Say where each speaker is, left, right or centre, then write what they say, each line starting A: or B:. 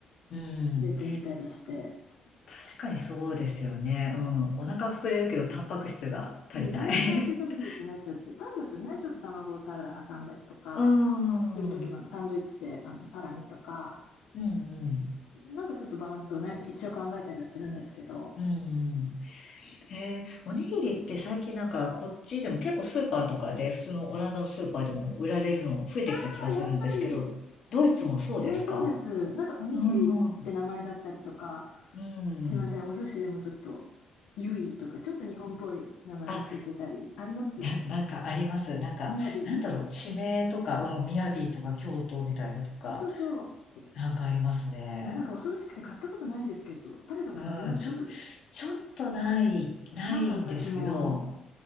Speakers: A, on the left; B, on the left.
A: うん。うん。
B: 入れてみたりして。
A: 確かにそうですよね。うん。お腹膨れるけど、タンパク質が足りない。
B: うん、だいぶ炭水化物ってなっちゃって、
A: <laughs>
B: パンだとね、ちょっと卵をサラダ挟んだりとか、
A: うーん。
B: する時もサンドイッチであのサラミとか、
A: うんうん。
B: なんかちょっとバランスをね、一応考えたりはするんですけど、
A: うんうん。えー、おにぎりって最近なんかこっちでも結構スーパーとかで普通のオランダのスーパーでも売られるの増えてきた気がするんですけど、
B: まあやっぱり、
A: ドイツもそうですか
B: うち、えーそうです、なんかおにぎりって名前だったりとか、
A: うん。うん。
B: すいません、お寿司でもちょっと、ゆいとか、ちょっと日本っぽい名前がついてたり、
A: あ、
B: あります
A: な、なんかあります。なんか、
B: みやびとか。
A: なんだろう、地名とか、うん、雅とか京都みたいのとか、
B: そうそう。
A: なんかありますね。
B: でもなんか恐ろしくて買ったことないですけど、食べたことあります
A: うん、ちょ、ちょっとない、ないんですけど、
B: まだ私も